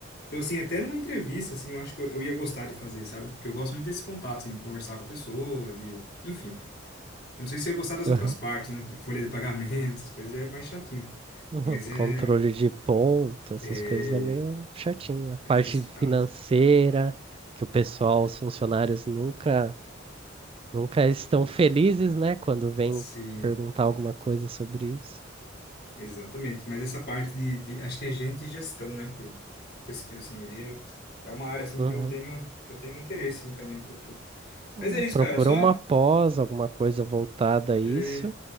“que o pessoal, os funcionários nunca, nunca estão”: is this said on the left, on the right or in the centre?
Right